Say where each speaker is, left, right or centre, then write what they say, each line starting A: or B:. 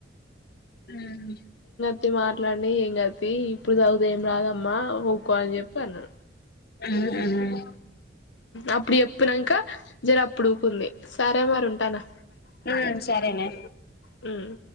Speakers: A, on the left; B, on the left.
A: హుమ్
B: తీ మాట్లాడిని ఏం కాడ్ తీ ఇప్పుడు చదివితే ఏం రాదమ్మా ఊకో అని చెప్పి అన్నా.
A: హు హ్మ్
B: అప్పుడు చెప్పినాంక జర అప్పుడు ఉకుంది సరే మరి ఉంటానా.
A: హు సరేనే
B: బాయ్